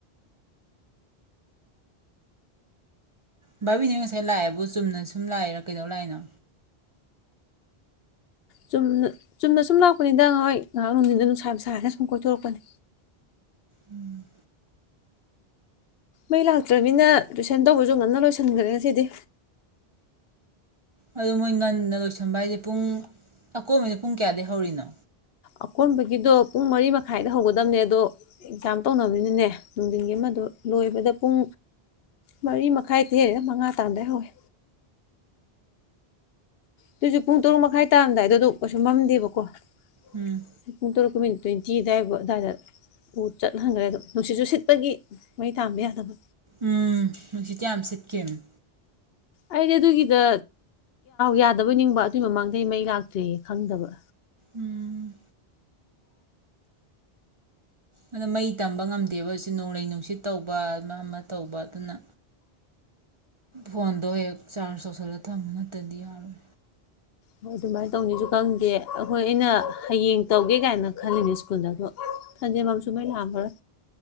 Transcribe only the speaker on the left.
ꯆꯨꯝꯅ ꯆꯨꯝꯅꯥ ꯁꯨꯝ ꯂꯥꯛꯄꯅꯤꯗ ꯍꯣꯏ ꯉꯥꯏꯍꯥꯛ ꯅꯨꯡꯗꯤꯟꯗ ꯅꯨꯡꯁꯥ ꯅꯨꯡꯁꯥꯏꯌꯦꯅ ꯁꯨꯝ ꯀꯣꯏꯊꯣꯔꯛꯄꯅꯤ
ꯃꯩ ꯂꯥꯛꯇ꯭ꯔꯃꯤꯅ ꯇꯨꯏꯁꯟ ꯇꯧꯕꯁꯨ ꯉꯟꯅ ꯂꯣꯏꯁꯤꯟꯈ꯭ꯔꯦ ꯉꯁꯤꯗꯤ
ꯑꯀꯣꯟꯕꯒꯤꯗꯣ ꯄꯨꯡ ꯃꯔꯤ ꯃꯈꯥꯏꯗ ꯍꯧꯒꯗꯕꯅꯦ ꯑꯗꯣ ꯑꯦꯛꯖꯥꯝ ꯇꯧꯅꯕꯅꯤꯅꯅꯦ ꯅꯨꯡꯊꯤꯟꯒꯤ ꯑꯃꯗꯣ ꯂꯣꯏꯕꯗ ꯄꯨꯡ ꯃꯔꯤ ꯃꯈꯥꯏꯗꯒꯤ ꯃꯉꯥ ꯇꯥꯔꯝꯗꯥꯏ ꯍꯧꯋꯦ ꯑꯗꯨꯏꯁꯨ ꯄꯨꯡ ꯇꯔꯨꯛ ꯃꯈꯥꯏ ꯇꯥꯔꯝꯗꯥꯏꯗꯗꯨ ꯀꯩꯁꯨ ꯃꯝꯗꯦꯕꯀꯣ <unintelligible>
<unintelligible> ꯇ꯭ꯋꯦꯟꯇꯤ ꯑꯗꯨꯋꯥꯏꯕꯨ ꯑꯗꯨꯋꯥꯏꯗ ꯆꯠꯍꯟꯈ꯭ꯔꯦ ꯑꯗꯨꯝ ꯅꯨꯡꯁꯤꯠꯁꯨ ꯁꯤꯠꯄꯒꯤ ꯃꯩ ꯊꯥꯟꯕ ꯌꯥꯗꯕ
ꯑꯩꯗꯤ ꯑꯗꯨꯒꯤꯗ ꯌꯥꯗꯕꯩ ꯅꯤꯡꯕ ꯑꯗꯨꯏ ꯃꯃꯥꯡꯗꯩ ꯃꯩ ꯂꯥꯛꯇꯔ꯭ꯦꯌꯦ ꯈꯪꯗꯕ
ꯍꯣꯏ ꯑꯗꯨꯃꯥꯏꯅ ꯇꯧꯅꯤꯁꯨ ꯈꯪꯗꯦ ꯑꯩꯈꯣꯏ ꯑꯩꯅ ꯍꯌꯦꯡ ꯇꯧꯒꯦ ꯀꯥꯏꯅ ꯈꯜꯂꯤꯅꯦ ꯁ꯭ꯀꯨꯜꯗ ꯑꯗꯣ <unintelligible> ꯂꯥꯛꯑꯝꯃꯔꯣꯏ